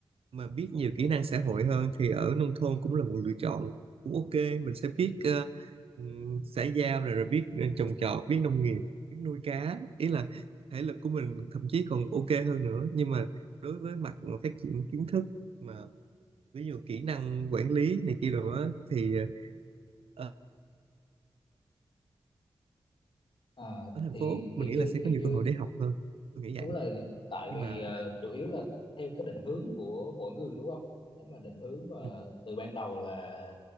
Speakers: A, on the right; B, on the left.
A: mà biết nhiều kỹ năng xã hội hơn thì ở nông thôn cũng là một lựa chọn cũng ok mình sẽ biết ờ, ừm, xã giao rồi, rồi biết ờ, trồng trọt biết nông nghiệp biết nuôi cá ý là thể lực của mình thậm chí còn ok hơn nữa nhưng mà đối với mặt mà phát triển kiến thức mà ví dụ kỹ năng quản lý này kia rồi á thì ờ,
B: à,
A: ở thành
B: thì
A: phố
B: kiểu
A: mình nghĩ
B: như
A: là sẽ
B: kiểu
A: có nhiều
B: như
A: cơ hội để học hơn tôi nghĩ
B: đúng
A: vậy
B: là tại
A: nhưng
B: vì
A: mà
B: ờ, chủ yếu là theo cái định hướng của mỗi người đúng không nếu mà định hướng mà
A: ừ,
B: từ ban đầu là